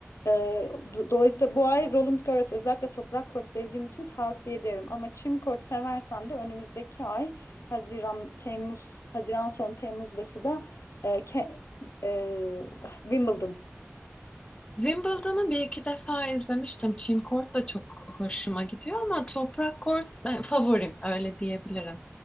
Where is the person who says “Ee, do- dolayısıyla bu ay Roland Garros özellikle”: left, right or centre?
Left